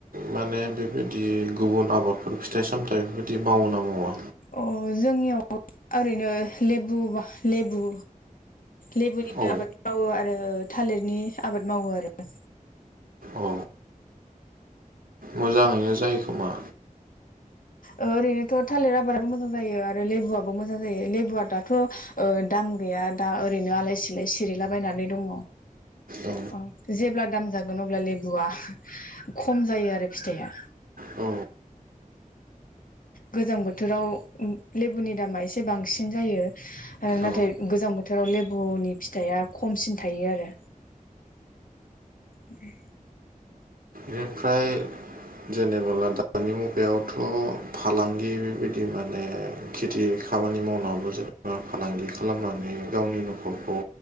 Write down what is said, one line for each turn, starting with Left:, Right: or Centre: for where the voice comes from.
Right: माने बेबायदि गुबुन आबादफोर फिथाइ सामथाइ बेफोरबायदि मावो ना मावा
Left: अ जोंनियाव ओरैनो लेबु बा लेबु लेबुनि
Right: औ
Left: आबाद मावो आरो थालिरनि आबाद मावो आरो
Right: औ मोजाङैनो जायोखोमा।
Left: ओ ओरैनोथ' थालिर आबादाबो मोजां जायो आरो लेबुआबो मोजां जायो लेबुआ दाथ' ओ दाम गैया दा ओरैनो आलाय सिलाय सिरिलाबायनानै दङ'
Right: औ
Left: अ। जेब्ला दाम जागोन अब्ला लेबुआ खम जायो आरो फिथाइया।
Right: औ
Left: गोजां बोथोराव लेबुनि दामा एसे बांसिन जायो। ओ नाथाय
Right: औ
Left: गोजां बोथोराव लेबुनि फिथाइया खमसिन थायो आरो। बि
Right: बेनिफ्राय जेनेबोला दानि मुगायावथ' फालांगि बेबायदि माने खेथि खामानि मावनाबो जेनेबा फालांगि खालामनानै गावनि न'खरखौ